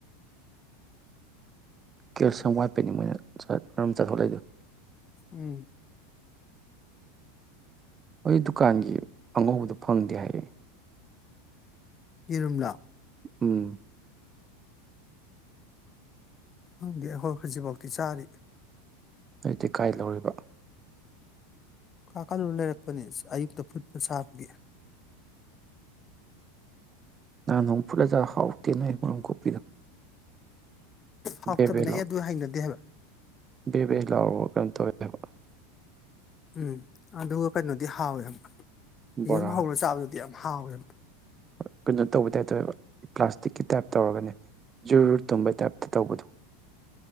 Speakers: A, on the right; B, on the left.
A: ꯆꯦꯂꯒꯤꯎꯟ ꯋꯥꯠꯄꯩꯅꯤ ꯃꯣꯏꯅ <unintelligible> <unintelligible>
B: ꯎꯝ
A: <unintelligible> ꯀꯟꯒꯤ ꯑꯥꯉꯧꯕꯗꯨ ꯈꯪꯗꯦ ꯍꯥꯌꯦ
B: ꯌꯦꯔꯨꯝꯂꯣ
A: ꯎꯝ
B: ꯈꯪꯗꯦ ꯑꯈꯣꯏ꯫ ꯍꯧꯖꯤꯛꯐꯥꯎꯗꯤ ꯆꯥꯔꯤ
A: ꯅꯣꯏꯗꯤ ꯀꯥꯏ ꯂꯧꯔꯨꯏꯕ
B: <unintelligible> ꯂꯩꯔꯛꯄꯅꯦ ꯑꯌꯨꯛꯇ ꯐꯨꯠꯄ ꯆꯕꯒꯤ
A: ꯅꯍꯥꯟ ꯅꯣꯡꯃ ꯐꯨꯠꯂ ꯆꯥꯕꯥ ꯍꯥꯎꯇꯦꯅꯦ ꯃꯥꯔꯨꯝ ꯀꯣꯀꯄꯤꯗꯣ <unintelligible>
B: ꯍꯥꯎꯇꯕꯅꯦ ꯑꯩ ꯑꯗꯨ ꯍꯩꯅꯗꯦ ꯍꯥꯏꯕ
A: ꯕꯦꯔꯦ ꯂꯥꯎꯔꯕꯣ <unintelligible>
B: ꯎꯟ ꯑꯗꯨꯒ ꯀꯩꯅꯣꯗꯤ ꯍꯥꯎꯏ
A: ꯕꯣꯔꯥ
B: ꯌꯦꯔꯨꯝ ꯍꯧꯔ ꯆꯕꯗꯨꯗꯤ <unintelligible> <unintelligible>
A: <unintelligible> ꯇꯧꯕꯩ ꯇꯌꯄ ꯇꯧꯏꯕ ꯄꯂꯥꯁꯇꯤꯀꯤ ꯇꯌꯄ ꯇꯧꯔꯒꯅꯦ ꯖꯨꯔ ꯇꯨꯝꯕꯩ ꯇꯌꯄ ꯇꯧꯕꯗꯨ